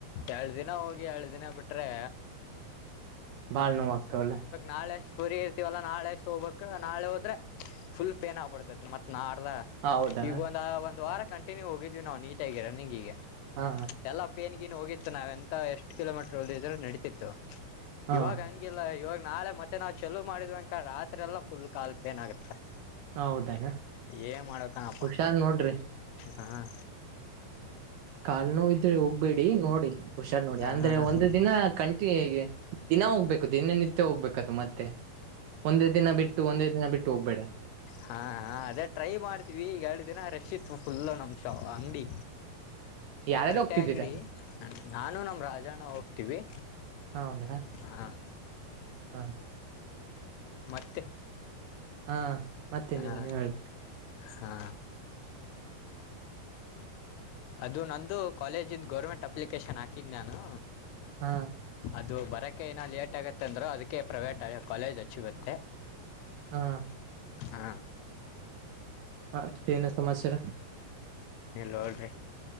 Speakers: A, on the left; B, on the right.
A: ಎಳ ದಿನ ಹೋಗಿ ಎಳ ದಿನ ಬಿಟ್ರೆ
B: ಭಾಳ್ ನೋವಕಕ ಒಲ್ಲ
A: ನಾಳೆಷ್ಟುಫರಿ ಇರ್ತವಲ್ಲ ನಾಳೆ ಅಷ್ಟ ಹೋಗಬೇಕಕ್ ನಾಳೆ ಹೋದ್ರೆ ಫುಲ್ ಪೇನ್ ಆಗ್ಬಡ್ತೈತ್ ಮತ್ತತ್ ನಾಳೆ ಅಲ್ಲ
B: ಹೌದಾ
A: ಈಗ ಒಂದ ಒಂದು ವಾರ ಕಂಟನ್ಯೂ ಹೋಗಿದೀವಿ ನಾವು ನೀಟಗ ರನ್ನಿಂಗ್ ಈಗೆ
B: ಹಾ
A: ಎಲ್ಲ ಪೇನ್ ಗಿನ್ ಹೋಗಿತ್ತು ನಾವ ಎಂತ ಎಷ್ಟ್ ಕಿಲೋಮೀಟರ್ ಹ ಓದಿದ್ರರು ನಡೀತಿತ್ತು
B: ಹಾ
A: ಇವಾಗ ಹಂಗಿಲ್ಲಾ ಇವಾಗ ನಾಳೆ ಮತ್ತೆ ನಾವ್ ಚಲ್ಲು ಮಾಡಿದ್ಂಕ ರಾತ್ರೆಲ್ಲ ಫುಲ್ ಕಾಲ್ ಪೆನ್ ಆಗುತ್ತೆ
B: ಹೌದನ
A: ಏ ಮಾಡ್ಣಪ್ಪಾ
B: ಹುಷಾರ್ ನೋಡ್ರಿ
A: ಹ
B: ಕಾಲ್ ನೋ ಇದ್ರೆ ಹೋಗ್ಬೇಡಿ ನೋಡಿ ಹುಷಾರ್ ನೋಡಿ
A: ಹಾ
B: ಅಂದ್ರೆ
A: ಹಾ
B: ಒಂದು ದಿನ ಕಂಟಿ ಹೇಗೆ ದಿನ ಹೋಗ್ಬೇಕದು ದಿನನಿತ್ಯ ಹೋಗ್ಬೇಕದು ಮತ್ತೆ ಒಂದೇ ದಿನ ಬಿಟ್ಟು ಒಂದೇ ದಿನ ಬಿಟ್ಟು ಹೋಗ್ಬೇಡ
A: ಹಾ ಹಾ ಅದೇ ಟ್ರೈ ಮಾಡ್ತೀವಿ ಈಗ ದಿನ ರೇಷಿತ್ ಫುಲ್ ನಮ್ ಶ ಅಂಗಡಿ
B: ಯಾರಾರು
A: ಬಟ್ಟೆ
B: ಹೋಗ್ತಿದ್ದೀರಾ
A: ಅಂಗಡಿ ನಾನು ನಮ ರಾಜಣ್ಣ ಹೋಗ್ತೀವಿ
B: ಹೌದಾ
A: ಹ
B: ಹ್ಮ್
A: ಮತ್ತೆ
B: ಹಾ ಮತ್ತೇನಿಲ್ಲ
A: ಹಾ
B: ನೀವ್ ಹೇಳ್ಬೇಕ
A: ಹಾ ಅದು ನಂದು ಕಾಲೇಜಿಂದ ಗೌರ್ಮೆಂಟ್ ಅಪ್ಲಿಕೇಶನ್ ಹಾಕಿದೆ ನಾನು
B: ಹಾ
A: ಅದು ಬರೋಕ್ಕೆ ಏನ ಲೇಟ್ ಆಗತ್ತೆ ಅಂದ್ರರು ಅದಕ್ಕೆ ಪ್ರೈವೇಟ್ ಕಾಲೇಜ್ ಹಚ್ಚಿವಂದೆ
B: ಹಾ
A: ಹಾ
B: ಮತ್ತೇನು ಸಮಾಚಾರ
A: ಲೋಡ್ರೀ